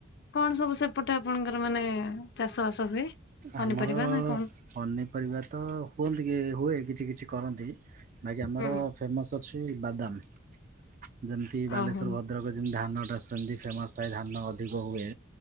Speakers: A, on the left (about 55°); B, on the right (about 40°).
A: କଣ ସବୁ ସେପଟେ ଆପଣଙ୍କର ମାନେ ଚାଷ ବାସ ହୁଏ? ପନିପରିବା
B: ଆମର
A: ନା କଣ?
B: ପନିପରିବା ତ ହୁଅନ୍ତି କି ହୁଏ କିଛି କିଛି କରନ୍ତି। ବାକି ଆମର
A: ହୁଁ
B: ଫେମସ୍ ଅଛି ବାଦାମ ଯେମିତି ବାଲେଶ୍ବର
A: ଓହୋ
B: ଭଦ୍ରକ ଯେମିତି ଧାନଟା ସେମତି ଫେମସ୍। ପ୍ରାୟ ଧାନ ଅଧିକ ହୁଏ,